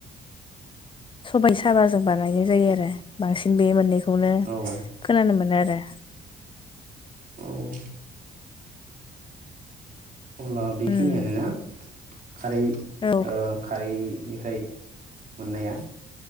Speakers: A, on the left; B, on the right.
A: सबाय साबाजों बानायनाय जायो आरो बांसिन बे मोननैखौ बेखौनो
B: औ
A: खोनानो मोनो आरो
B: औ अब्ला बेखिनियानो
A: उम
B: ना? खारै ओ
A: औ
B: खारैनिफ्राय मोननाया